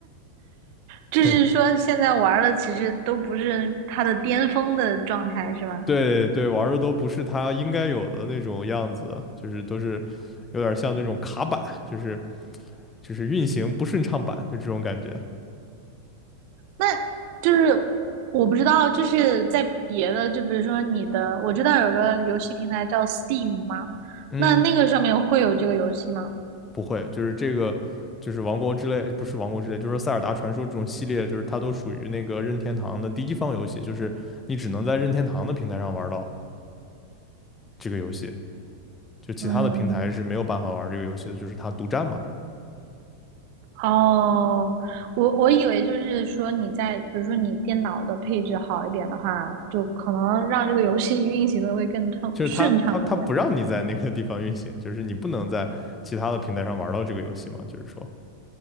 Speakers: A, on the right; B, on the left.
A: 就是说现在玩儿的其实都不是它的巅峰的状态是吧？
B: <laughs> 对对，玩儿的都不是它应该有的那种样子，就是都是有点像那种卡板，就是就是运行不顺畅版，就这种感觉。
A: 那就是我不知道，就是在别的，就比如说你的，我知道有个游戏平台叫 Steam 吗？
B: 嗯。
A: 那那个上面会有这个游戏吗？
B: 不会，就是这个，就是王国之泪，不是王国之泪，就是说塞尔达传说这种系列，就是它都属于那个任天堂的第一方游戏，就是你只能在任天堂的平台上玩到这个游戏，就其他的平台是没有办法玩这个游戏的，
A: 嗯，
B: 就是它独占嘛，
A: 哦，我我以为就是说你在，比如说你电脑的配置好一点的话，就可能让这个游戏运行的会更通顺畅一点。
B: 就是它它它不让你在那个地方运行，就是你不能在其他的平台上玩到这个游戏嘛，就是说，